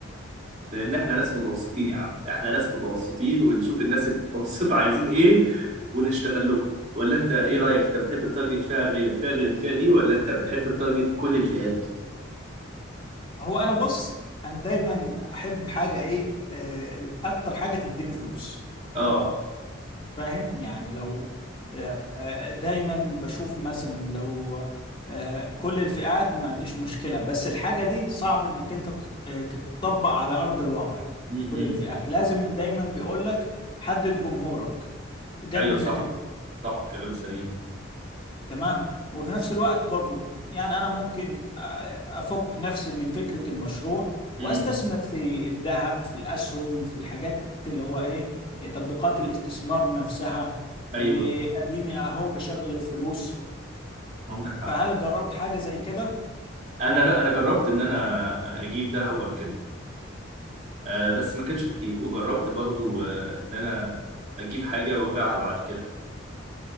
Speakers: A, on the right (about 35°); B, on the left (about 25°).
A: لان احنا ناس متوسطين يا عم احنا ناس متوسطين ونشوف الناس المتوسطه عايزين ايه ونشتغل لهم ولا انت ايه رايك انت بتحب التارجت فئه غير فئه غير الفئه دي ولا انت بتحب التارجت كل الفئات
B: هو انا بص انا دايما احب حاجة ايه آه، اكتر حاجة تديني فلوس
A: اه
B: فاهم يعني لو آه، آه، دايما بشوف مثلا لو آه، كل الفئات ما عنديش مشكلة بس الحاجة دي صعب انك انت تط- آه، تتطبق على ارض الواقع
A: امم
B: كل الفئات لازم دايما بيقولك حدد جمهورك قبل
A: ايوه صح
B: ما تبدأ
A: صح كلام سليم
B: تمام وفي نفس الوقت برضو يعني انا ممكن آه، افك نفسي من فكرة المشروع واستثمر
A: امم
B: في الذهب في الاسهم في الحاجات اللي هو ايه تطبيقات الاستثمار نفسها
A: ايوه
B: واديني اهو بشغل الفلوس
A: عندك حق
B: فهل جربت حاجة زي كده
A: انا لا انا جربت ان انا اجيب دهب واركنه آه بس ما كانش كتير وجربت برضو آه ان انا اجيب حاجه وابيعها بعد كده